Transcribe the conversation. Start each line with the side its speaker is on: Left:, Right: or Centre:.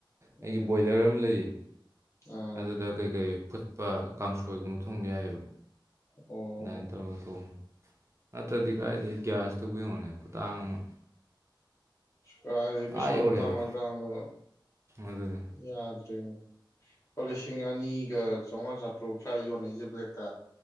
Right: ꯑꯩꯒꯤ
Left: ꯎꯝ
Right: ꯕꯣꯏꯂꯔ ꯑꯃ ꯂꯩꯌꯦ
Left: ꯑꯥ
Right: ꯑꯗꯨꯗ ꯀꯩꯀꯩ ꯐꯨꯠꯄ ꯀꯥꯡꯁꯣꯏꯒꯨꯝꯕ ꯊꯣꯡꯕ ꯌꯥꯏꯑꯕ
Left: ꯑꯣ
Right: ꯅꯥꯏꯟ ꯇꯔꯣꯒ ꯊꯣꯡꯉꯤ ꯅꯥꯠꯔꯗꯤ ꯀꯗꯥꯥꯏꯗꯒꯤ ꯒꯦꯁꯇꯨ ꯌꯦꯡꯉꯣꯅꯦ ꯈꯨꯇꯥꯡ ꯑꯃ
Left: ꯀꯔꯥꯏꯗꯩꯩ ꯄꯩꯁꯥ
Right: ꯑꯥ ꯌꯧꯔꯦꯕ
Left: ꯈꯨꯇꯥꯡ ꯂꯇꯥꯡꯗꯣ
Right: ꯑꯗꯨꯅꯤ
Left: ꯌꯥꯗ꯭ꯔꯦ ꯂꯨꯄꯥ ꯂꯤꯁꯤꯡ ꯑꯅꯤꯒ ꯆꯥꯃꯉꯥ ꯆꯥꯇ꯭ꯔꯨꯛ ꯁꯋꯥꯥ ꯌꯣꯟꯅꯩꯁꯦ ꯕ꯭ꯂꯦꯛꯇ